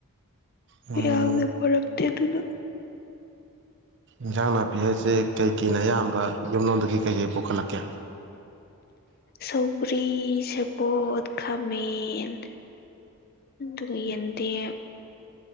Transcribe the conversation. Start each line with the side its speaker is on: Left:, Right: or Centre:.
Right: ꯎꯝ
Left: ꯌꯥꯝꯅ ꯐꯔꯛꯇꯦ ꯑꯗꯨꯅ
Right: ꯏꯟꯁꯥꯡ ꯅꯥꯄꯤ ꯍꯥꯏꯁꯦ ꯀꯩꯀꯅ ꯑꯌꯥꯝꯕ ꯌꯨꯝꯂꯣꯝꯗꯒꯤ ꯀꯩꯀꯩ ꯄꯨꯈꯠꯂꯛꯀꯦ
Left: ꯁꯧꯔꯤ ꯁꯦꯄꯠ ꯈꯥꯃꯦꯟ ꯑꯗꯨ ꯌꯦꯟꯇ